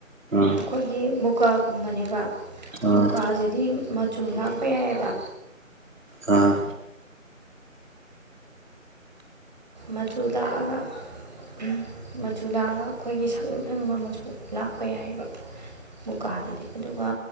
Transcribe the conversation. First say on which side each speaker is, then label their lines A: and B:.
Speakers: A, on the right; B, on the right.
A: ꯑꯥ
B: ꯑꯩꯈꯣꯏꯒꯤ ꯃꯨꯀꯥꯒꯨꯝꯕꯅꯦꯕ
A: ꯑꯥ
B: ꯃꯨꯀꯥꯁꯤꯗꯤ ꯃꯆꯨ ꯂꯥꯛꯄ ꯌꯥꯏꯑꯦꯕ
A: ꯑꯥ
B: ꯃꯆꯨ ꯂꯥꯛꯑꯒ ꯎꯝ ꯃꯆꯨ ꯂꯥꯛꯑꯒ ꯑꯩꯈꯣꯏꯒꯤ ꯁꯪꯅꯤꯡ ꯁꯪꯅꯤꯡꯕ ꯃꯆꯨ ꯂꯥꯛꯄ ꯌꯥꯏꯕ ꯃꯨꯀꯥꯗꯗꯤ ꯑꯗꯨꯒ